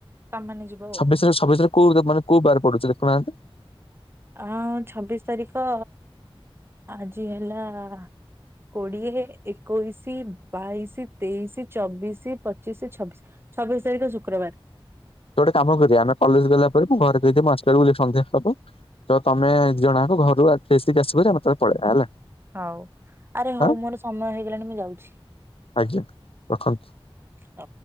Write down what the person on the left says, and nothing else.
ଛବିଶ ଛବିଶରେ କୋଉ ମାନେ କଉ ବାର ପଡୁଛି ଦେଖୁହାନ୍ତି।
ତୋ ଗଟେ କାମ କରିବା ଆମେ କଲେଜ ଗଲା ପରେ ମୁଁ ଘରେ କହିଦିଏ ମୁଁ ଆସିଲା ବେଳକୁ ସନ୍ଧ୍ୟା ହବ। ତ ତମେ ଦିଜଣଯାଙ୍କ ଘରୁ ଆ ଫେସିକି ଆସିବ ହାରି ଆମେ ହେତୋଳେ ପଳେଇବା ହେଲା।
ହଁ
ଆଜ୍ଞା ରଖନ୍ତୁ।